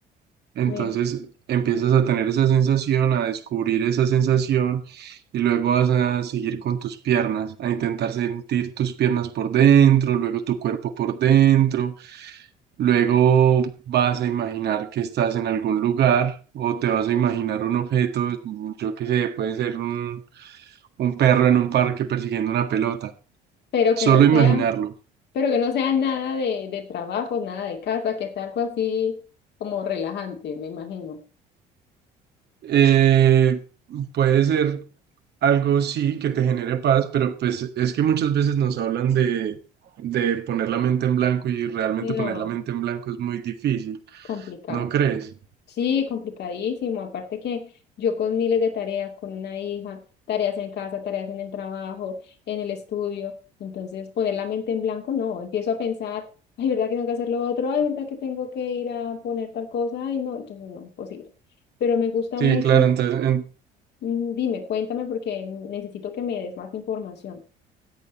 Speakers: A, on the right; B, on the left.
A: Entonces
B: me-
A: empiezas a tener esa sensación, a descubrir esa sensación y luego vas a seguir con tus piernas, a intentar sentir tus piernas por dentro, luego tu cuerpo por dentro, luego vas a imaginar que estás en algún lugar o te vas a imaginar un objeto, yo qué sé, puede ser un, un perro en un parque persiguiendo una pelota,
B: pero
A: solo
B: que no
A: imaginarlo.
B: sea, pero que no sea nada de, de trabajo, nada de casa, que sea algo así como relajante, me imagino.
A: Eh, puede ser algo sí que te genere paz, pero pues es que muchas veces nos hablan de, de poner la mente en blanco y realmente
B: No,
A: poner la mente en blanco es muy difícil,
B: complicado.
A: ¿no crees?
B: Sí, complicadísimo. Aparte que yo con miles de tareas, con una hija, tareas en casa, tareas en el trabajo, en el estudio. Entonces, poner la mente en blanco, no. Empiezo a pensar, ay, ¿verdad que tengo que hacer lo otro? Ay, ¿verdad que tengo que ir a poner tal cosa? Ay, no, entonces no, imposible. Pero me gusta
A: Sí,
B: mucho.
A: claro, entonces, en-
B: Mm, Dime, cuéntame porque necesito que me des más información.